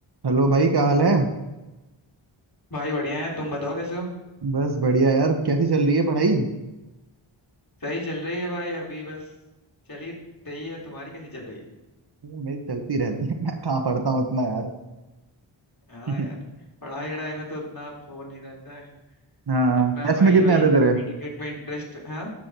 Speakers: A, on the right; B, on the left.
A: Hello भाई क्या हाल है
B: भाई बढ़िया है तुम बताओ कैसे हो
A: बस बढ़िया यार कैसी चल रही है पढ़ाई
B: सही चल रही है भाई अभी बस चल ही रही है तुम्हारी कैसी चल रही है
A: ये मेरी चलती रहती है <laughs> मैं कहाँ पढ़ता हूँ उतना यार
B: हाँ
A: <laughs>
B: यार पढ़ाई वढ़ाई में तो उतना वो नहीं रहता है
A: हाँ
B: अपना
A: टेस्ट
B: भाई
A: में कितने
B: वही
A: आते
B: क्रिकेट
A: तेरे
B: क्रिकेट में इंटरेस्ट हाँ